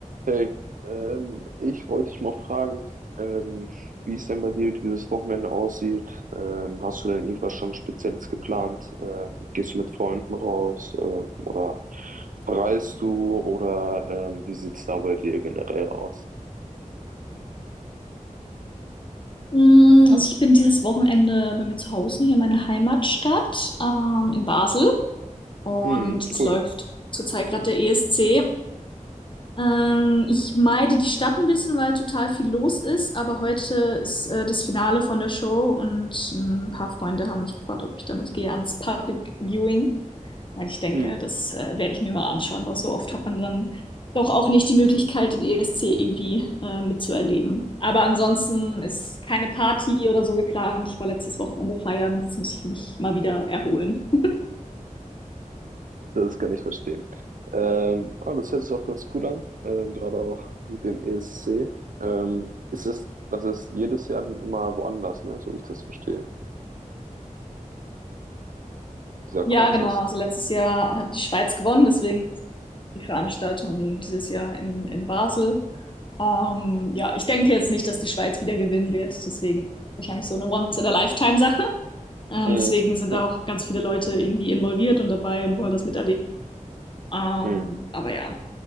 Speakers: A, on the right (about 80°); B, on the left (about 40°).
A: Hey, ähm, ich wollte dich mal fragen, ähm, wie es denn bei dir dieses Wochenende aussieht. Ähm, hast du denn irgendwas schon Spezielles geplant? Ähm, gehst du mit Freunden raus, ähm, oder verreist du oder ähm, wie sieht's da bei dir generell aus?
B: Mm, Also ich bin dieses Wochenende bei mir zu Hause, hier in meiner Heimatstadt, ähm, in Basel. Und
A: Mhm,
B: es
A: cool.
B: läuft zurzeit gerade der ESC. Ähm, ich meide die Stadt ein bisschen, weil total viel los ist, aber heute ist äh, das Finale von der Show und mm, ein paar Freunde haben mich gefragt, ob ich damit gehe ans Public Viewing. Und ich denke,
A: Mhm,
B: das äh, werde ich mir mal anschauen, weil so oft hat man dann doch auch nicht die Möglichkeit, den ESC irgendwie äh, mitzuerleben. Aber ansonsten ist keine Party oder so geplant. Ich war letztes Wochenende feiern, jetzt muss ich mich mal wieder erholen.
A: das kann ich verstehen. Ähm, ah, das hört sich auch ganz cool an, ähm, gerade auch mit dem ESC. Ähm, ist das, das ist jedes Jahr dann immer woanders, ne? So wie ich das verstehe, dieser
B: Ja,
A: Contest.
B: genau. Also letztes Jahr hat die Schweiz gewonnen, deswegen ist die Veranstaltung dieses Jahr in, in Basel. Ähm, ja, ich denke jetzt nicht, dass die Schweiz wieder gewinnen wird, deswegen wahrscheinlich so eine Once-in-a-Lifetime-Sache. Ähm,
A: Mhm.
B: deswegen sind
A: <laughs>
B: da auch ganz viele Leute irgendwie involviert und dabei und wollen das miterleben. Ähm,
A: Mhm.
B: aber ja,